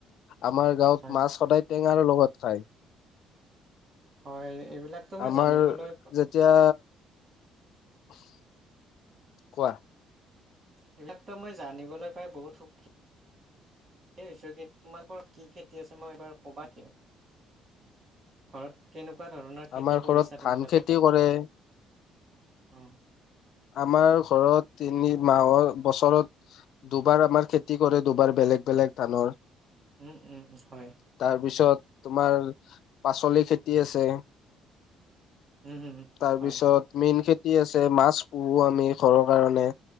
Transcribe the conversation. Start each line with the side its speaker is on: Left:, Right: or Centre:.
Left: আমাৰ গাঁৱত
Right: হয়,
Left: মাছ সদায় টেঙাৰ লগত খায়।
Right: হয়, এইবিলাকতো মই
Left: আমাৰ
Right: জানিবলৈ
Left: যেতিয়া <inaudible> কোৱা
Right: এইবিলাকতো মই জানিবলৈ পাই বহুত সুখী হৈছো কিন্তু তোমালোকৰ কি খেতি আছে মই এইবাৰ ক'বা নেকি? ঘৰত কেনেকুৱা ধৰণৰ খেতি
Left: আমাৰ ঘৰত
Right: কৰিছা
Left: ধান
Right: তোমালোকে?
Left: খেতি কৰে
Right: অ
Left: আমাৰ ঘৰত তিনি মাহৰ বছৰত দুবাৰ আমাৰ খেতি কৰে দুবাৰ বেল বেলেগ বেলেগ ধানৰ।
Right: উম উম হয়
Left: তাৰপিছত তোমাৰ পাচলি খেতি আছে।
Right: উম, হুম,
Left: তাৰপিছত
Right: হয়,
Left: মেইন খেতি আছে মাছ পোহো আমি ঘৰৰ কাৰনে।